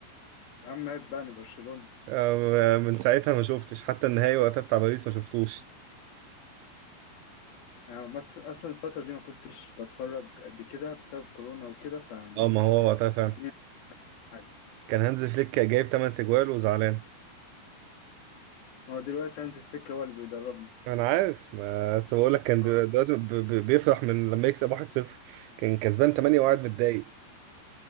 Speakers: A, on the left; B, on the right.
A: يا عم عيب بقى انا برشلونه
B: آه، من ساعتها ما شفتش حتى النهائي وقتها بتاع باريس ما شفتوش
A: آه مصر اصلا الفتره دي ما كنتش بتفرج قد كده بسبب كورونا وكده فيعني
B: اه ما هو وقتها فعلا
A: الدنيا حاجه
B: كان هانز فليك جايب 8 تجوال وزعلان
A: ما هو دلوقتي هانز فليك هو اللي بيدربنا
B: انا عارف ما- بس بقول لك كان
A: آه.
B: بي- دلوقتي بي- بي- بيفرح من لما يكسب 1-0 كان كسبان 8 وقاعد متضايق